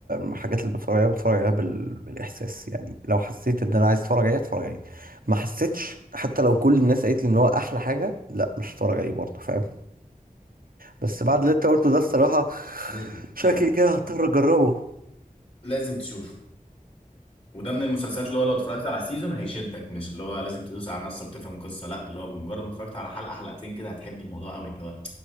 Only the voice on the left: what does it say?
لازم
لازم
لازم تشوفه وده من المسلسلات اللي هو لو اتفرجت على سيزون هيشدك مش اللي هو لازم تدوس على نص وتفهم القصه لا اللي هو بمجرد ما اتفرجت على حلقه حلقتين كده هتحب الموضوع قوي اللي هو